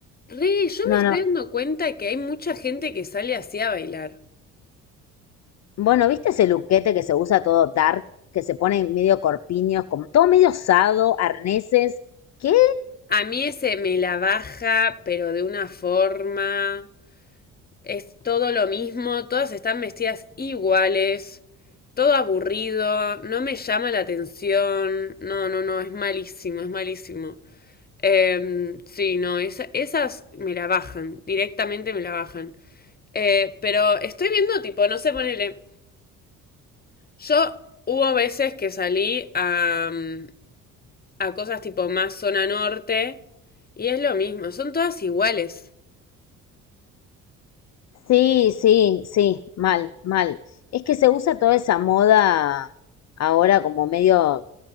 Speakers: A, on the left; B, on the left.
A: re, yo
B: No,
A: me estoy
B: no.
A: dando cuenta que hay mucha gente que sale así a bailar.
B: Bueno, ¿viste ese luquete que se usa todo dark, que se pone medio corpiños, como todo medio osado, arneses? ¿Qué?
A: A mí ese me la baja, pero de una forma. Es todo lo mismo, todas están vestidas iguales, todo aburrido, no me llama la atención. No, no, no, es malísimo, es malísimo. Em, sí, no, esa- esas me la bajan, directamente me la bajan. Eh, pero estoy viendo, tipo, no sé, ponele. Yo hubo veces que salí a, mm, a cosas tipo más zona norte y es lo mismo, son todas iguales.
B: Sí, sí, sí, mal, mal. Es que se usa toda esa moda ahora como medio